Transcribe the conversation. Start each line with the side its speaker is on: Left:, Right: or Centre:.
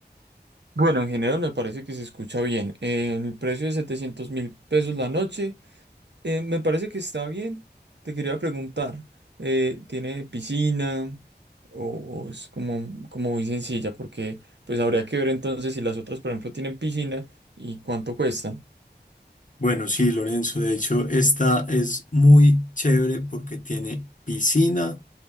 Right: Bueno, en general me parece que se escucha bien. Eh, el precio de setecientos mil pesos la noche, eh, me parece que está bien. Te quería preguntar, eh, ¿tiene piscina o, o es como, como muy sencilla? Porque pues habría que ver entonces si las otras, por ejemplo, tienen piscina y cuánto cuestan.
Left: Bueno, sí, Lorenzo, de hecho, esta es muy chévere porque tiene piscina,